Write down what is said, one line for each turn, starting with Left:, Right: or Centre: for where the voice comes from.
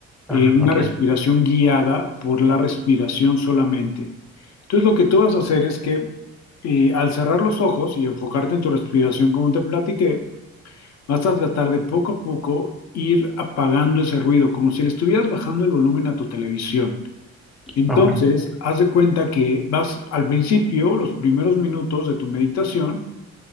Centre: Ah,
Left: eh, una
Centre: ok.
Left: respiración guiada por la respiración solamente. Entonces lo que tú vas a hacer es que eh, al cerrar los ojos y enfocarte en tu respiración, como te platiqué, Vas a tratar de poco a poco ir apagando ese ruido, como si le estuvieras bajando el volumen a tu televisión. Entonces,
Centre: Ah, bueno.
Left: haz de cuenta que vas al principio, los primeros minutos de tu meditación,